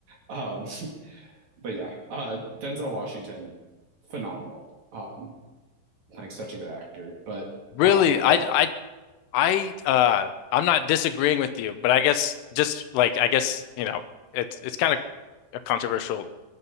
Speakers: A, on the right; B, on the left.
A: Um, but yeah, uh, Denzel Washington, phenomenal. Um, like such a good actor. But
B: Really,
A: uh,
B: I,
A: yeah,
B: I, I, uh, I'm not disagreeing with you, but I guess just like, I guess, you know, it's, it's kind of a controversial